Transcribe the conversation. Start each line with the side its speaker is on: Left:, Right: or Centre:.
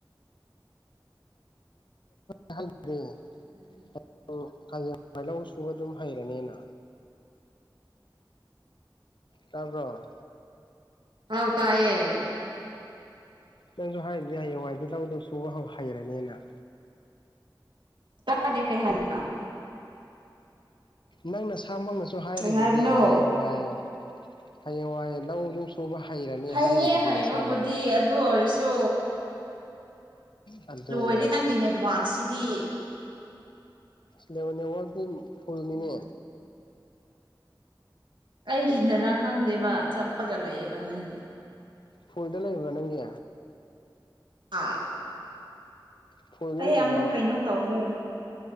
Left: <unintelligible>
Right: <unintelligible>
Left: <unintelligible> ꯂꯧꯁꯨꯕ ꯑꯗꯨꯝ ꯍꯩꯔꯅꯤꯅ ꯇꯥꯕ꯭ꯔꯣ?
Right: ꯑꯧ ꯇꯥꯏꯌꯦ
Left: ꯅꯪꯁꯨ ꯍꯥꯏꯔꯤꯗꯨꯗꯤ ꯍꯌꯦꯡꯋꯥꯏꯗꯤ ꯂꯧ ꯁꯨꯕ ꯍꯧ ꯍꯩꯔꯅꯤꯅ
Right: ꯇꯥꯗꯦ ꯀꯩ ꯍꯥꯏꯕ
Left: ꯅꯪ ꯅꯁꯥꯃꯛꯅꯁꯨ ꯍꯥꯏꯔꯤꯗꯨꯗꯤ
Right: ꯀꯩ ꯍꯥꯏꯕꯅꯣ
Left: ꯍꯌꯦꯡꯋꯥꯏ ꯍꯌꯦꯡꯋꯥꯏ ꯂꯧ ꯑꯗꯨꯝ ꯂꯧ ꯁꯨꯕ ꯍꯩꯔꯅꯤ
Right: ꯍꯩꯌꯦ
Left: ꯍꯥꯏꯔꯤꯗꯨꯗꯤ
Right: ꯍꯩꯕꯕꯨꯗꯤ
Left: ꯅꯁꯥꯃꯛꯅ
Right: ꯑꯗꯨ ꯑꯣꯏꯔꯁꯨ
Left: ꯑꯗꯨꯅꯦꯕ
Right: ꯂꯣꯏꯔꯦ ꯅꯪꯒꯤ ꯅꯦꯠꯋꯥꯛꯁꯤꯗꯤ
Left: ꯅꯦꯋ ꯅꯦꯋꯛꯇꯤ ꯐꯨꯜꯒꯤꯅꯦ
Right: ꯎꯝ ꯑꯩꯒꯤꯅꯔꯥ ꯈꯪꯗꯦꯕ ꯆꯠꯄꯒ ꯂꯩꯌꯦꯕ ꯅꯪꯒꯤꯗꯣ
Left: ꯐꯣꯟꯗ ꯂꯩꯕ꯭ꯔꯥ ꯅꯪꯒꯤ
Right: ꯑꯥ
Left: ꯐꯨꯜꯗ
Right: ꯑꯩ
Left: ꯂꯩꯕ꯭ꯔꯕ
Right: ꯑꯃꯨꯛ ꯀꯩꯅꯣ ꯇꯧꯗ꯭ꯔꯦ